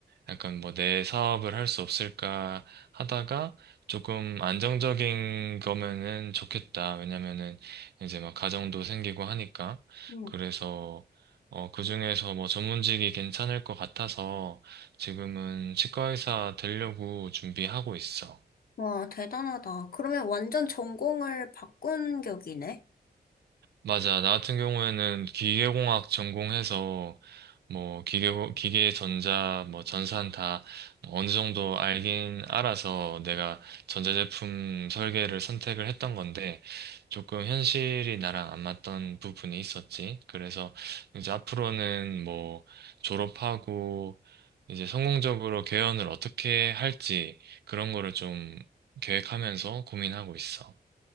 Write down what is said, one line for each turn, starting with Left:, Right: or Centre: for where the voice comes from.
Right: 약간 뭐 내 사업을 할 수 없을까 하다가 조금 안정적인 거면은 좋겠다. 왜냐면은 이제 막 가정도 생기고 하니까.
Left: 응.
Right: 그래서 어, 그중에서 뭐 전문직이 괜찮을 것 같아서 지금은 치과의사 되려고 준비하고 있어.
Left: 와, 대단하다. 그러면 완전 전공을 바꾼 격이네.
Right: 맞아. 나 같은 경우에는 기계공학 전공해서 뭐 기계 기계 전자 뭐 전산 다 어느 정도 알긴 알아서 내가 전자제품 설계를 선택을 했던 건데 조금 현실이 나랑 안 맞던 부분이 있었지. 그래서 이제 앞으로는 뭐 졸업하고 이제 성공적으로 개연을 어떻게 할지 그런 거를 좀 계획하면서 고민하고 있어.